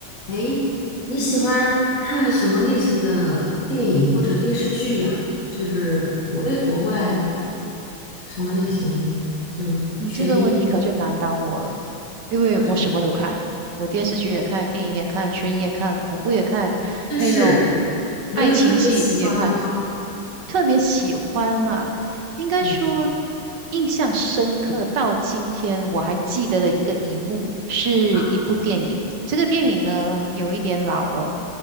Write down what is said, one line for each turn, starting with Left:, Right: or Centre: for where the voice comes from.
Left: 诶，你喜欢看什么类型的电影或者电视剧呀？
Right: 嗯哼，
Left: 就是国内国外什么类型？就悬疑，
Right: 你这个问题可就难倒我了，因为我什么都看，
Left: 为什么？
Right: 我电视剧也看，电影也看，悬疑也看，恐怖也看，
Left: 但是
Right: 那种爱情戏也看。
Left: 没有特别喜欢的吗？
Right: 特别喜欢啊，应该说
Left: 对
Right: 印象深刻到今天我还记得的一个一幕，是一部电影。
Left: 啊，
Right: 这个电影呢有一点老了，